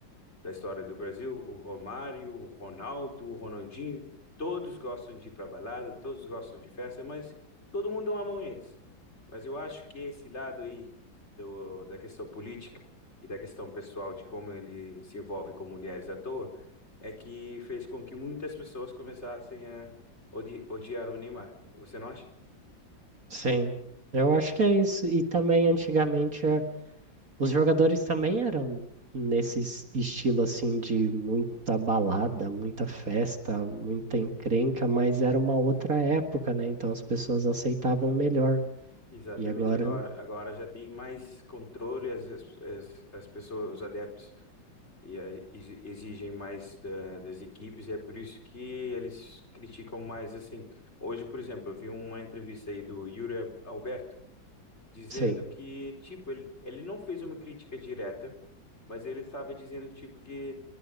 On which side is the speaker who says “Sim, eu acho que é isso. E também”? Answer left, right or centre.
Right